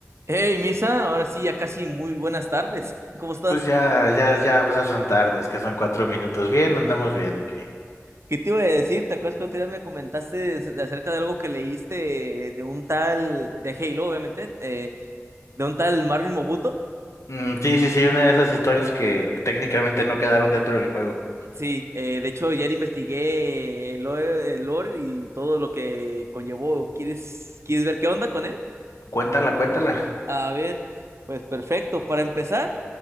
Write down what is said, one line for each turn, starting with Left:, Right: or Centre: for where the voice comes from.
Right: Hey, Misa, ahora sí, ya casi muy buenas tardes. <laughs> ¿Cómo estás?
Left: Pues ya, ya, ya, pues ya son tardes, que son cuatro minutos. Bien, andamos bien aquí.
Right: ¿Qué te iba a decir? ¿Te acuerdas que otro día me comentaste de- acerca de algo que leíste de un tal, de Halo, obviamente, eh, de un tal Marvin Mobuto?
Left: Mm, sí, sí, sí, una de esas historias que técnicamente no quedaron dentro del juego.
Right: Sí, eh, de hecho, ayer investigué el lore, el lore y todo lo que conllevó. ¿Quieres, quieres ver qué onda con él?
Left: Cuéntala, cuéntala.
Right: A ver, pues perfecto. Para empezar,